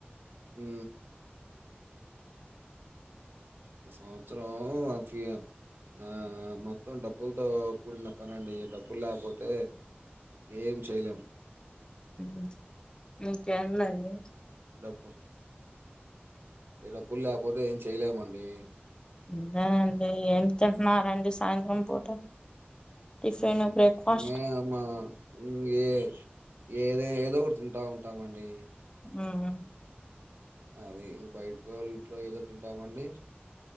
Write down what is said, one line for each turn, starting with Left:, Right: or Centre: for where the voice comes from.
Right: ఉ ఈ సంవత్సరం వాళ్ళ ఫీయా ఆ మొత్తం డబ్బులతో కూడిన పనండి డబ్బులు ల్యాపోతే ఏం చేయలేమ్
Left: ఉ ఇంకేందండి
Right: డబ్బు ఈ డబ్బులు ల్యాకపోతే ఏం చెయలేమండి
Left: అంతేనండి ఏం తింటున్నారండి సాయంత్రం పూట టిఫిన్ బ్రేక్ఫాస్ట్
Right: నేను మ ఇంగే ఏదే ఏదో ఒకటి తింటా ఉంటామండి
Left: ఉ ఉ
Right: అది బయటకు వాళ్ళ ఇంట్లో ఏదో తింటామండి